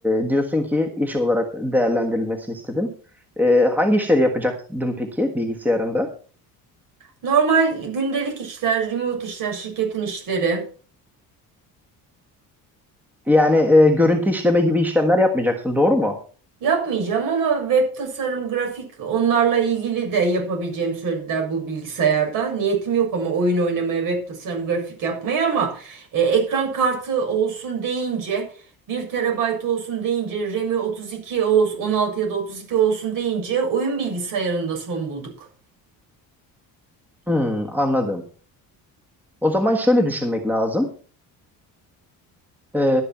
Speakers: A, in the centre; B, on the right.
A: e, diyorsun ki iş olarak değerlendirilmesini istedin. E, hangi işleri yapacaktın peki bilgisayarında?
B: Normal gündelik işler, remote işler, şirketin işleri.
A: Yani e, görüntü işleme gibi işlemler yapmayacaksın doğru mu?
B: Yapmayacağım ama web tasarım, grafik onlarla ilgili de yapabileceğimi söylediler bu bilgisayarda. Niyetim yok ama oyun oynamaya, web tasarım, grafik yapmaya ama e, ekran kartı olsun deyince bir terabayt olsun deyince RAM'i 32 olsun 16 ya da 32 olsun deyince oyun bilgisayarında son bulduk.
A: Hmm, anladım. O zaman şöyle düşünmek lazım. Ee,